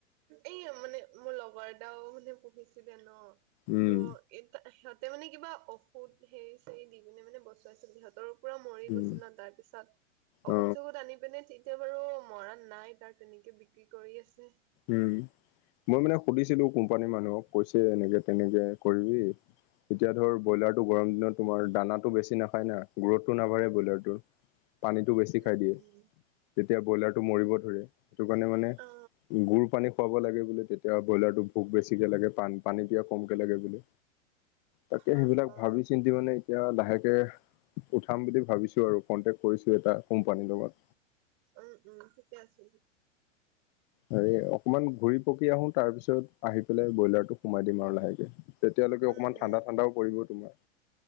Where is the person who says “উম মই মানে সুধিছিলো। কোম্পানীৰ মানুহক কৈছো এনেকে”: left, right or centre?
Left